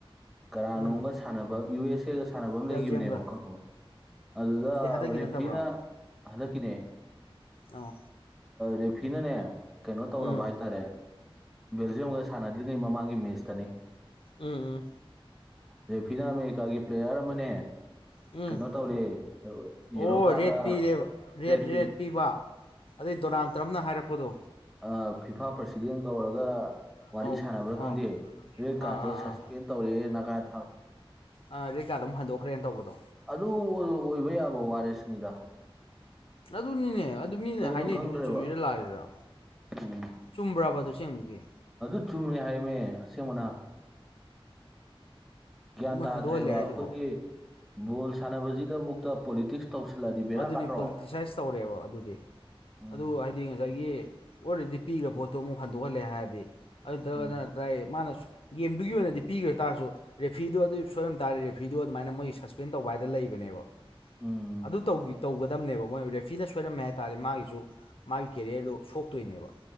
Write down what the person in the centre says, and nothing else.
ꯀꯔꯥꯅꯣꯝꯒ
ꯁꯥꯟꯅꯕ ꯌꯨ ꯑꯦꯁ ꯑꯦꯒ ꯁꯥꯟꯅꯕ ꯑꯃ
ꯂꯩꯒꯤꯈꯤꯕꯅꯦꯕ ꯈꯪꯉꯕ꯫ ꯑꯗꯨꯗ
ꯔꯦꯐꯤꯅ
ꯍꯟꯗꯛꯀꯤꯅꯦ꯫
ꯔꯦꯐꯤꯅꯅꯦ ꯀꯩꯅꯣ ꯇꯧꯔꯕ
ꯍꯥꯏꯇꯥꯔꯦ꯫ ꯕꯦꯜꯖꯤꯌꯝꯒ ꯁꯥꯟꯅꯗ꯭ꯔꯤꯉꯩ ꯃꯃꯥꯡꯒꯤ ꯃꯦꯁꯇꯅꯤ꯫
ꯔꯦꯐꯤꯅꯥ ꯑꯃꯦꯔꯤꯀꯥꯒꯤ ꯄ꯭ꯂꯦꯌꯥꯔ ꯑꯃꯅꯦ꯫
ꯀꯩꯅꯣ ꯇꯧꯔꯦ
ꯌꯦꯂꯣ ꯀꯥꯔꯗꯂ
ꯔꯦꯗ
ꯄꯤ꯫
ꯑ ꯐꯤꯐꯥ ꯄ꯭ꯔꯁꯤꯗꯦꯟ ꯀꯧꯔꯒ꯫ ꯋꯥꯔꯤ
ꯁꯥꯟꯅꯕ꯭ꯔꯥ ꯈꯪꯗꯦ
ꯔꯦꯠ
ꯀꯥꯔꯠꯇꯣ
ꯁꯁꯄꯦꯟ
ꯇꯧꯔꯦ ꯅꯒꯥ ꯊꯝ
ꯑꯗꯨ ꯑꯣꯏꯕ ꯌꯥꯕ ꯋꯥꯔ ꯁꯤꯅꯤꯗ꯫
ꯀꯩꯅꯣ
ꯈꯪꯗ꯭ꯔꯦꯕ
ꯎꯝ
ꯑꯗꯨ ꯆꯨꯝꯃꯦ ꯍꯥꯏꯌꯦꯃꯦ ꯑꯁꯦꯡꯕꯅ꯫ ꯒ꯭ꯌꯥꯟ
ꯇꯥꯗ꯭ꯔꯦꯕ
ꯑꯩꯈꯣꯏꯒꯤ ꯕꯣꯜ ꯁꯥꯟꯅꯕꯁꯤꯗꯕꯨꯛ꯫ ꯇ ꯄꯣꯂꯤꯇꯤꯛꯁ ꯇꯧꯁꯤꯜꯂꯗꯤ ꯕꯦꯔꯥ
ꯀꯥꯗ꯭ꯔꯣ꯫
ꯎꯝ
ꯎꯝ
ꯎꯝ꯫